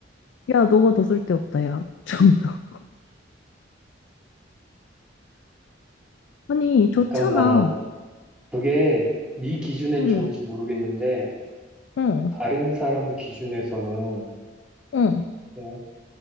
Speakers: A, on the left (about 75°); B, in the centre.
A: 야, 너가 더 쓸데없다, 야. <laughs> 좀 더. 아니, 좋잖아.
B: 잠깐만. 그게 네 기준엔
A: 응,
B: 좋을지 모르겠는데,
A: 응,
B: 다른 사람 기준에서는
A: 응.
B: 어,